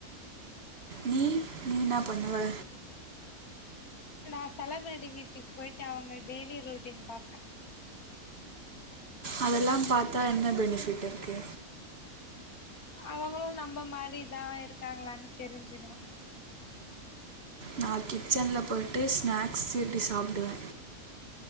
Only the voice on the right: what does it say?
நீ நீ இன்னா பண்ணுவ
அதெல்லாம் பாத்தா என்ன பெனிஃபிட் இருக்கு
நா கிச்சன்ல போய்ட்டு ஸ்நாக்ஸ் திருடி சாப்டுவே